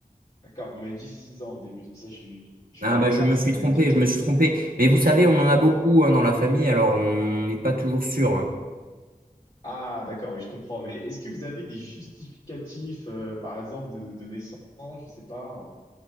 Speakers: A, on the left; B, on the right.
A: D'accord, vous m'avez dit 6 ans au début. C'est pour ça que j'ai j'ai
B: Ah
A: eu un
B: bah
A: peu
B: je
A: peur
B: me
A: parce
B: suis
A: que vous
B: trompé,
A: m'avez dit que...
B: je me suis trompé. Mais vous savez, on en a
A: Ah,
B: beaucoup hein, dans la famille, alors on n'est pas toujours sûr. hein.
A: ah d'accord, oui, je comprends. Mais est-ce que vous avez des justificatifs, euh, par exemple, de, de naissance? Je sais pas. hein.